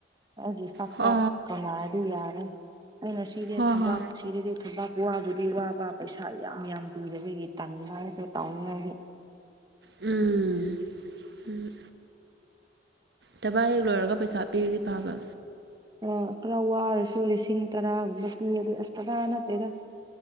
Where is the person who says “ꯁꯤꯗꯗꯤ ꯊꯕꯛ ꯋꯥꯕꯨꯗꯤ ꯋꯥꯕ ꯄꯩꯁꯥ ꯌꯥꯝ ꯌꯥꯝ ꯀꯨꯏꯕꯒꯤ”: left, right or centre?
Right